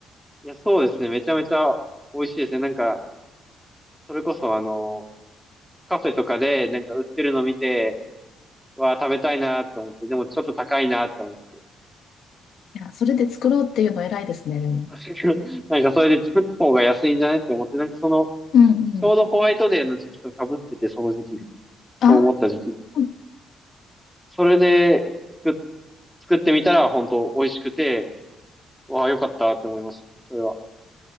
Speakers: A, in the centre; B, on the left.
A: いや、そうですね。めちゃめちゃ美味しいですね。なんか、それこそあの、カフェとかでなんか売ってるの見て、わあ、食べたいなって思って、でもちょっと高いなって思って。
B: いや、それで作ろうっていうの偉いですね、でも。
A: <laughs> なんかそれで作った方が安いんじゃねって思って、なんかその、
B: うんうん。
A: ちょうどホワイトデーの時期と被ってて、その時期が。そう思った時期が。
B: あー、
A: それで、作っ作ってみたら本当美味しくて、わあ、よかったって思いましたね、それは。